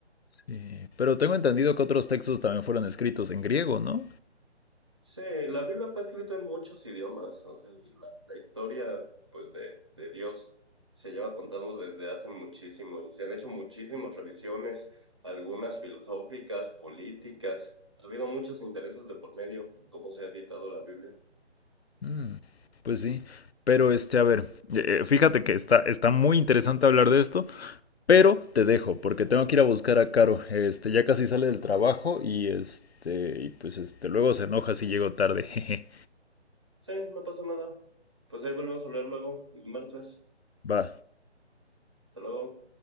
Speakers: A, on the left; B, on the right.
A: Sí, Pero tengo entendido que otros textos también fueron escritos en griego, ¿no?
B: Sí, la Biblia fue escrita en muchos idiomas, o sea, y la, la historia, pues, de, de Dios se lleva contando desde hace muchísimo, y se han hecho muchísimas revisiones, algunas filosóficas, políticas, ha habido muchos intereses de por medio, en cómo se ha editado la Biblia.
A: Mm, pues sí. Pero este, a ver, eh, eh, fíjate que está, está muy interesante hablar de esto, pero te dejo porque tengo que ir a buscar a Caro. Este, ya casi sale del trabajo y este, y pues este, luego se enoja si llego tarde. <laughs> Jeje.
B: Sí, no pasa nada. Pues ahí volvemos a hablar luego, el martes.
A: Va.
B: Hasta luego.